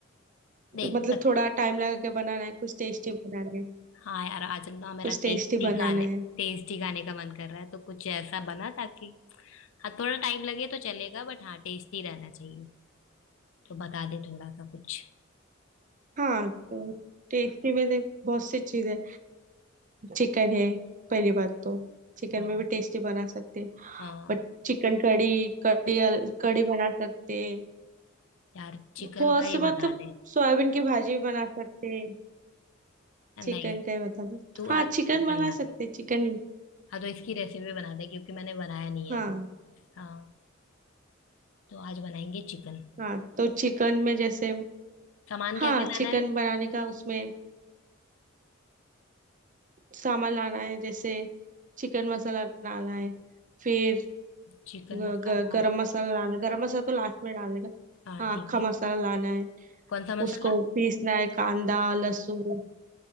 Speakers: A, on the left (about 70°); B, on the right (about 40°).
A: देख
B: मतलब
A: बस
B: थोड़ा टाइम लगा के बनाना है कुछ टेस्टी बनाना है
A: हाँ यार आज ना मेरा
B: कुछ टेस्टी
A: टेस्टी
B: बनाना
A: खाने
B: है
A: टेस्टी खाने का मन कर रहा है तो कुछ ऐसा बना ताकि हाँ थोड़ा टाइम लगे तो चलेगा बट हाँ टेस्टी रहना चाहिए तो बता दे थोड़ा सा कुछ
B: हाँ तो टेस्टी में देख बहुत सी चीजें चिकन है पहली बात तो चिकन
A: हाँ
B: में भी टेस्टी बना सकते हैं
A: हाँ
B: बट चिकन कड़ी कड़ी अल- कड़ी बना सकते हैं।
A: यार चिकन
B: बहुत
A: का ही
B: से मतलब
A: बता दे
B: सोयाबीन की भाजी भी बना सकते हैं
A: नहीं
B: चिकन का ही बता दो
A: तू
B: हाँ
A: आज
B: चिकन
A: चिकन
B: बना
A: बना
B: सकते हैं, चिकन ही
A: हाँ तो इसकी रेसिपी बना दे क्योंकि मैंने बनाया नहीं
B: हाँ
A: है अभी हाँ तो आज बनाएंगे चिकन
B: हाँ तो चिकन में जैसे
A: सामान
B: हाँ
A: क्या क्या
B: चिकन
A: लाना है
B: बनाने का उसमें सामान लाना है जैसे चिकन मसाला लाना है फिर
A: चिकन
B: ग,
A: मसाला
B: ग, गरम मसाला लाना है गरम मसाला तो लास्ट में डालने का
A: हाँ
B: हाँ
A: ठीक
B: आखा
A: है
B: मसाला लाना है
A: कौन सा मसाला
B: उसको पीसना है कांदा लहसुन